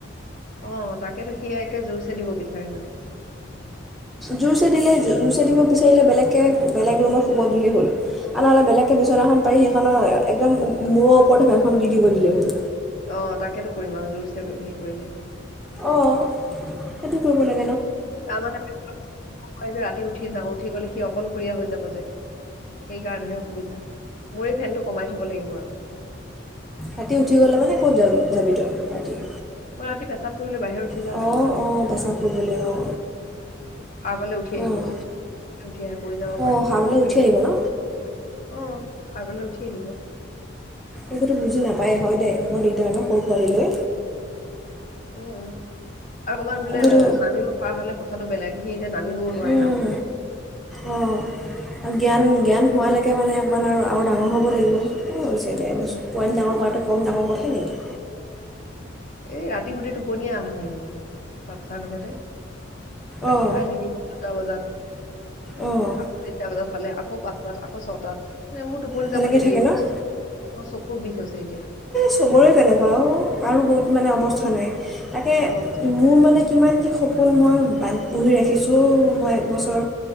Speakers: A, on the left (about 40°); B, in the centre.
A: অ তাকেতো সি একে জোৰ চে দিব বিচাৰে মানে।
B: জুৰচে দিলে, জুৰচে দিব বিচাৰিলে বেলেগকৈ বেলেগ ৰুমত শুব দিলেই হ'ল আৰু নহ'লে বেলেগকৈ বিচনাখন পাৰি সেইখনৰ একদম মূৰৰ ওপৰতে ফেনখন দি দিব দিলেই হ'ল।
A: অ তাকেতো কৰিম আৰু জোৰচে হেৰি কৰিলে।
B: অঁ, সেইটো কৰিব লাগ
A: তাৰমানা নেই যে ৰাতি উঠি যাওঁ উঠি গলে সি অকলশৰীয়া হৈ যাব যে, সেইকাৰণেহে অসুবিধা। মোৰে ফেনটো কমাই থব লাগিব আৰু।
B: ৰাতি উঠি গলে মানে ক'ত যাবি যাবি তই ৰাতি?
A: মই ৰাতি পেচাব কৰিবলে বাহিৰত উঠি যাওঁ
B: অঁ
A: ক বাথৰুম,
B: অঁ পেচাব কৰিবলৈ অঁ
A: সাৰ পালে উঠি আহিব
B: অঁ
A: ন, তাৰমানে উঠি আহি পৰি যাব
B: অঁ
A: পাৰে
B: সাৰপালে
A: সি থাকিলে
B: উঠি আহিব ন
A: অ। সাৰ পালে উঠি আহিব।
B: একোতো বুজি নাপায় হয় দেই বৰ দিগদাৰ ন সৰু পোৱালিলৈ।
A: উম। আৰু অকণমান বোলে
B: একোতো
A: নামিব পৰা হলে কথাতো বেলেগ। সি যে নামিবও নোৱাৰে
B: উম,
A: ন।
B: অঁ জ্ঞান জ্ঞান হোৱালৈকে মানে অকণমান আৰু ডাঙৰ হ'ব লাগিব, স দেদাই কৈছোঁ,
A: উম
B: পোৱালি ডাঙৰ কৰাটো কম ডাঙৰ কথা- নেকি?
A: এই ৰাতি গোটেই টোপনিয়ে অহা নাই মোৰ বাচ্ছাৰ লগতে। গাখীৰ
B: অঁ
A: খাই থাকিব দুটা বজাত। <inaudible>
B: অঁ
A: আকৌ তিনটা বজাত খালে আকৌ পাঁচটাত আকৌ ছটাত ন মোৰ টোপনি
B: তেনেকৈ
A: যাব নিদিয়ে,
B: থাকে ন
A: অ চকুৰ বিষ হৈছে এতিয়া
B: চবৰে কেনেকুৱা অ, কাৰো বহুত মানে অৱ স্থা নাই তাকে,
A: আৰু অৱস্থা নাই
B: মোৰ মানে কিমান কি সপোন মই বাদ বুহি ৰাখিছোঁ মই একবছৰ,